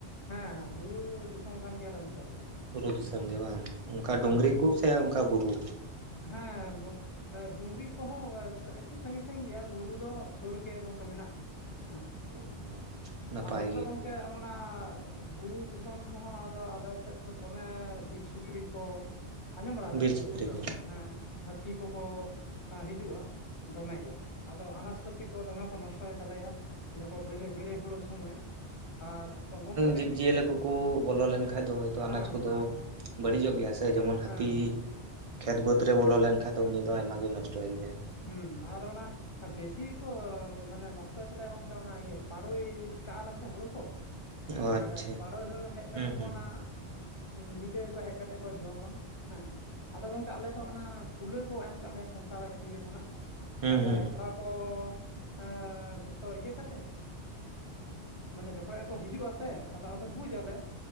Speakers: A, on the left (about 45°); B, on the right (about 60°).
A: ᱦᱮᱸ ᱦᱮᱸ ᱵᱩᱨᱩ ᱫᱤᱥᱚᱢ ᱠᱟᱱ ᱜᱮᱭᱟᱞᱮ ᱜᱚᱝᱠᱮ ᱟᱞᱮ ᱫᱚ
B: ᱵᱩᱨᱩ ᱫᱤᱥᱚᱢ ᱜᱮ ᱵᱟᱝ ᱚᱱᱠᱟ ᱰᱩᱝᱨᱤ
A: ᱦᱮᱸ
B: ᱠᱚ ᱥᱮ ᱚᱱᱠᱟ ᱵᱩᱨᱩ
A: ᱦᱮᱸ ᱰᱩᱝᱨᱤ ᱠᱚᱦᱚᱸ ᱮᱠᱴᱩ ᱥᱟᱺᱜᱤᱧ ᱥᱟᱹᱺᱜᱤᱧ ᱜᱮᱭᱟ ᱵᱩᱨᱩ ᱫᱚ ᱥᱩᱨ ᱨᱮᱜᱮ ᱜᱚᱝᱠᱮ ᱢᱮᱱᱟᱜᱼᱟ ᱦᱮᱸ
B: ᱚ ᱱᱟᱯᱟᱭ
A: ᱟᱨ ᱱᱚᱛᱮ ᱫᱚ
B: ᱜᱮ
A: ᱜᱚᱝᱠᱮ ᱚᱱᱟ ᱵᱩᱨᱩ ᱫᱤᱥᱚᱢ ᱨᱮᱦᱚᱸ ᱟᱫᱚ ᱟᱞᱮᱥᱮᱫ ᱫᱚ ᱫᱚᱢᱮ ᱵᱤᱨ ᱥᱩᱠᱨᱤ ᱠᱚ ᱟᱸᱡᱚᱢ ᱵᱟᱲᱟ ᱠᱟᱫ
B: ᱵᱤᱨ ᱥᱩᱠᱨᱤ
A: ᱠᱚᱣᱟᱵᱤᱱ ᱛᱚ
B: ᱠᱚ
A: ᱦᱮᱸ ᱦᱟᱹᱛᱤ ᱠᱚᱠᱚ ᱦᱤᱡᱩᱜᱼᱟ ᱫᱚᱢᱮᱜᱮ ᱟᱫᱚ ᱟᱱᱟᱡ ᱯᱟᱹᱛᱤ ᱠᱚ ᱫᱚᱢᱮ ᱠᱚ ᱱᱚᱥᱴᱚᱭ ᱛᱟᱞᱮᱭᱟ ᱚᱱᱟ ᱠᱚ ᱵᱮᱞᱮ ᱵᱮᱞᱮ ᱦᱩᱲᱳ ᱥᱚᱢᱚᱭ ᱟᱨ <unintelligible>
B: ᱡᱤᱵᱽ ᱡᱤᱭᱟᱹᱞᱤ ᱠᱚᱠᱚ ᱵᱚᱞᱚ ᱞᱮᱱᱠᱷᱟᱱ ᱫᱚ ᱦᱳᱭᱛᱳ
A: ᱦᱮᱸ
B: ᱟᱱᱟᱡ ᱠᱚᱫᱚ
A: ᱦᱮᱸ ᱦᱮᱸ
B: ᱵᱟᱹᱲᱤᱡᱚᱜ ᱜᱮᱭᱟ ᱥᱮ ᱡᱮᱢᱚᱱ
A: ᱦᱮᱸ
B: ᱦᱟᱹᱛᱤ
A: ᱦᱮᱸ
B: ᱠᱷᱮᱛ ᱵᱟᱹᱫᱽ ᱨᱮ ᱵᱚᱞᱚ ᱞᱮᱱᱠᱷᱟᱱ ᱫᱚ ᱩᱱᱤ ᱫᱚ ᱟᱭᱢᱟᱜᱮ ᱱᱚᱥᱴᱚᱭ ᱜᱮᱭᱟᱭ
A: ᱦᱩᱸ ᱟᱨ ᱚᱱᱟ ᱵᱮᱥᱤ ᱠᱚ ᱢᱟᱱᱮ ᱱᱚᱥᱴᱚᱭ ᱛᱟᱞᱮᱭᱟ ᱜᱚᱢᱠᱮ ᱚᱱᱟ ᱤᱭᱟᱹ ᱯᱟᱲᱳᱭ ᱠᱟᱜ-ᱟ ᱥᱮ ᱦᱩᱲᱩ ᱠᱚ
B: ᱚ ᱟᱪᱪᱷᱟ
A: ᱛᱟᱦᱞᱮ ᱯᱟᱲᱳᱭ ᱦᱮᱡ ᱠᱟᱛᱮᱫ
B: ᱦᱩᱸ ᱦᱩᱸ
A: ᱠᱚ ᱚᱱᱟ ᱧᱤᱫᱟᱹ ᱠᱚ ᱦᱮᱡ ᱠᱟᱛᱮ ᱠᱚ ᱡᱚᱢᱟ ᱦᱮᱸ ᱟᱫᱚ ᱜᱚᱢᱠᱮ ᱟᱞᱮ ᱫᱚ ᱚᱱᱟ ᱠᱩᱞᱟᱹ ᱠᱚ ᱮᱢ ᱠᱟᱫ ᱞᱮᱭᱟ ᱥᱚᱨᱠᱟᱨ ᱮ <unintelligible> ᱠᱷᱚᱱᱟᱜ
B: ᱦᱩᱸ
A: ᱛᱟᱦᱞᱮ
B: ᱦᱩᱸ
A: ᱛᱚ ᱮᱸ ᱡᱷᱚᱛᱚ ᱤᱭᱟᱹ ᱠᱟᱛᱮᱫ ᱢᱟᱱᱮ ᱡᱚᱠᱷᱚᱡ ᱜᱮᱠᱚ ᱦᱤᱡᱩᱜ ᱟ ᱥᱮ ᱛᱟᱦᱞᱮ ᱟᱫᱚ ᱵᱩᱡᱟᱞᱮ